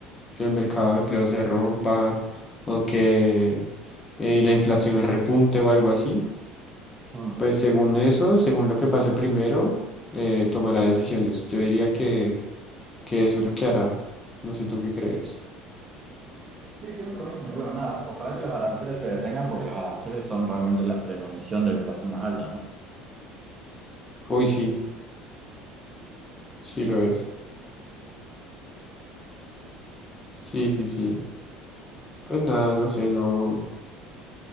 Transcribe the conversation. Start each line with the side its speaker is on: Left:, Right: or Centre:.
Left: que el mercado de empleo se rompa o que eh, la inflación repunte o algo así.
Right: Mm.
Left: Pues según eso, según lo que pase primero, eh, tomará decisiones. Yo diría que, que eso es lo que hará. No sé tú qué crees.
Right: Sí, pienso lo mismo. Y bueno, nada, ojalá que los aranceles se detengan porque los aranceles son realmente la premonición de la inflación más alta, ¿no?
Left: Uy, sí, sí lo es. Sí, sí, sí. Pues nada, no sé, no.